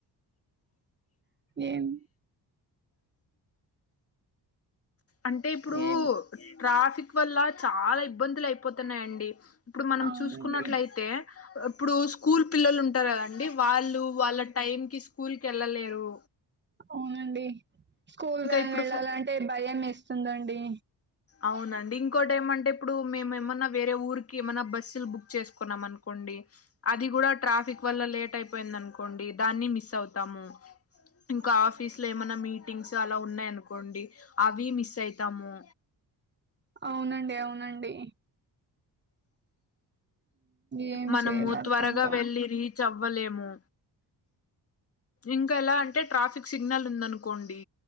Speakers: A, on the right; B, on the left.
A: ఏమ్
B: అంటే ఇప్పుడు
A: ఏం
B: ట్రాఫిక్ వల్ల చాలా ఇబ్బందులు అయిపోతున్నాయండి. ఇప్పుడు మనం
A: అవునండి
B: చూసుకున్నట్లయితే ఇప్పుడు స్కూల్ పిల్లలు ఉంటారు కదండి వాళ్ళు వాళ్ళ టైం కి స్కూల్ కి ఎళ్ళలేరు.
A: అవునండి స్కూల్ వ్యాన్
B: ఇప్పుడు
A: వెళ్ళాలంటే
B: ఫ
A: భయం ఎస్తుందండి.
B: అవునండి ఇంకోటి ఏమంటే ఇప్పుడు మేము ఎమన్నా వేరే ఊరికి ఏమన్నా బస్సులు బుక్ చేసుకున్నాం అనుకోండి అది కూడా ట్రాఫిక్ వల్ల లేట్ అయిపోయి ది అనుకోండి దాన్ని మిస్ అవుతాం ఇంకా ఆఫీస్ లో ఏమన్నా మీటింగ్స్ అలా ఉన్నాయి అనుకోండి అవి మిస్ అయితాము.
A: అవునండి, అవునండి. ఏం
B: మనము
A: చేయాలో అర్థం
B: త్వరగా
A: కావు
B: వెళ్ళి రి చ్ అవలేము ఇంకా ఎలా అంటే ట్రాఫిక్ సిగ్నల్ ఉందనుకోండి